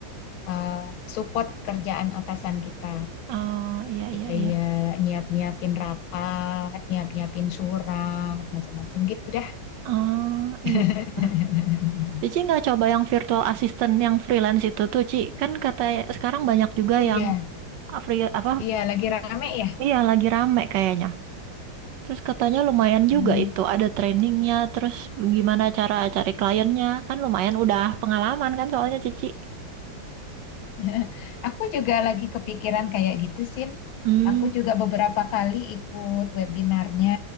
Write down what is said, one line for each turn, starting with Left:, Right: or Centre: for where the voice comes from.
Left: eh, support kerjaan atasan kita.
Right: Oh, iya, iya,
Left: kayak
Right: iya.
Left: nyiap-nyiapin rapat, nyiap-nyiapin surat, macam-macam gitu dah.
Right: Ah,
Left: <laughs>
Right: iya. iya. Cici nggak coba yang virtual assistant yang freelance itu tuh, Ci. Kan kata sekarang banyak juga
Left: Iya,
Right: yang free apa?
Left: iya lagi rame ya.
Right: Iya, lagi rame kayaknya. Terus katanya lumayan
Left: Hmm.
Right: juga itu, ada trainingnya, terus gimana cara cari kliennya. Kan lumayan udah pengalaman kan soalnya Cici.
Left: <laughs> Aku juga lagi kepikiran kayak gitu, Sin.
Right: Hmm,
Left: Aku juga beberapa kali ikut webinarnya.